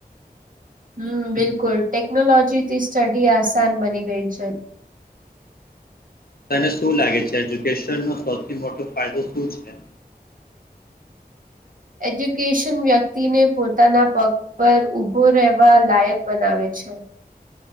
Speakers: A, on the right; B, on the left.
A: હમ, બિલકુલ. ટેકનોલોજીથી સ્ટડી આસાન બની ગઈ છે.
B: તને શું લાગે છે? એજ્યુકેશન નો સૌથી મોટો ફાયદો શું છે?
A: એજ્યુકેશન વ્યક્તિને પોતાના પગ પર ઉભો રહેવા લાયક બનાવે છે.